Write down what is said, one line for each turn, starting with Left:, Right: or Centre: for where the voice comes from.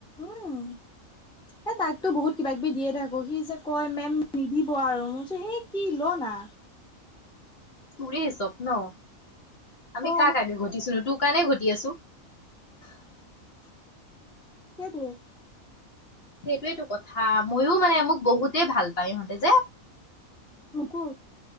Centre: উম এ তাকতো বহুত কিবাকিবি দিয়ে থাকো। সি যে কয় মেম দিব আৰু মই সেই কি ল না।
Left: তোৰে চব ন আমি
Centre: অ
Left: কাৰ কাৰণে ঘটিছো নো তোৰ কাৰণে ঘটি আছো।
Centre: <inaudible> সেইটোৱেই।
Left: সেইটোৱেটো কথা। ময়ো মানে মোক বহুতেই ভাল পায় ইহঁতে যে।
Centre: মোকো।